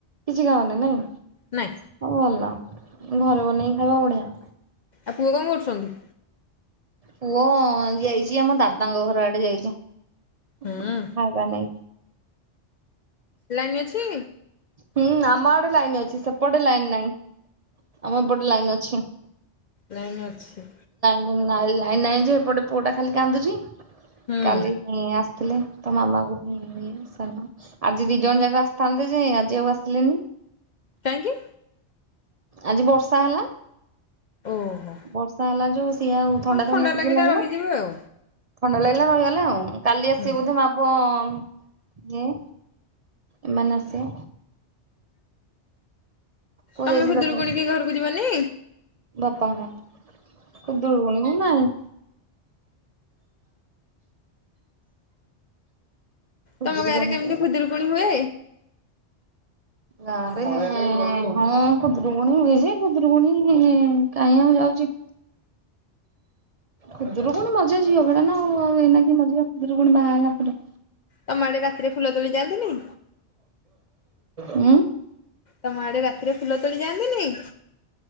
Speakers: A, on the right; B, on the left.
A: କିଛି ଖାଅନି ନାଇଁ
B: ନାଇଁ
A: ହୋଉ ଭଲ ଘରେ ବନେଇକି ଖାଇବ ବଢିଆ।
B: ଆଉ ପୁଅ କଁ କରୁଛନ୍ତି।
A: ପୁଅ ଯାଇଚି ଆମ ଦାଦାଙ୍କ ଘର ଆଡେ ଯାଇଚି <unintelligible>
B: ହୁଁ
A: ନେଇକି।
B: ଲାଇନ୍ ଅଛି।
A: ହୁଁ ଆମ ଆଡେ ଲାଇନ୍ ଅଛି ସେପଟେ ଲାଇନ୍ ନାଇଁ ଆମ ଏପଟେ ଲାଇନ୍ ଅଛି।
B: ଲାଇନ୍ ଅଛି।
A: <unintelligible> ଲାଇନ୍ ନାଇଁ ଯେ ଏପଟେ ପୁଅ ଟା ଖାଲି କାନ୍ଦୁଚି
B: ହୁଁ
A: କାଲି ଇଁ ଆସ୍ ଥିଲେ ତା ମାମା କୁ <unintelligible> ସାନ ଆଜି ଦି ଜଣ ଯାକ ଆସିଥାନ୍ତେ ଯେ ଆଜି ଆଉ ଆସିଲେନି।
B: କାହିଁକି
A: ଆଜି ବର୍ଷା ହେଲା
B: ଓହୋ
A: ବର୍ଷା ହେଲା ଯୋଉ ସିଏ ଆଉ ଥଣ୍ଡା
B: ହଁ
A: ଥଣ୍ଡା ଟିକେ ଲାଗିଲା
B: ରହିଯିବେ ଆଉ
A: ଥଣ୍ଡା ଲାଗିଲା ରହିଗଲେ ଆଉ କାଲି ଆସିବେ
B: ହୁଁ
A: ବୋଧେ ମା ପୁଅ ଏମାନେ ଆସିବେ ପୁଅ
B: ତମେ
A: ଯାଇଛି
B: ଖୁଦୁରୁକୁଣୀକି
A: ଦାଦା
B: ଘରକୁ ଯିବନି
A: ବାପା ମା ଖୁଦୁରୁକୁଣୀକୁ ନାହିଁ ଖୁଦୁରୁକୁଣୀ
B: ତମ ଗାଁରେ କେମିତି
A: କୁ
B: ଖୁଦୁରୁକୁଣୀ ହୁଏ
A: ଗାଁରେ ହଁ ଖୁଦରୁକୁୁଣୀ ହୁଏ ଯେ ଖୁଦରୁକୁୁଣୀ କାହିଁ ଆଉ ଯାଉଛି ଖୁଦୁରୁକୁଣୀ ମଜା ଝିଅ ବେଳେ ନା ଆଉ ଏନାକି କି ମଜା ଖୁଦୁରୁକୁଣୀ ବାହାହେବାପରେ
B: ତମ ଆଡେ ରାତିରେ ଫୁଲ ତୋଳି ଯାଆନ୍ତିନି
A: ଉୁଁ
B: ତମ ଆଡେ ରାତିରେ ଫୁଲ ତୋଳି ଯାଆନ୍ତିନି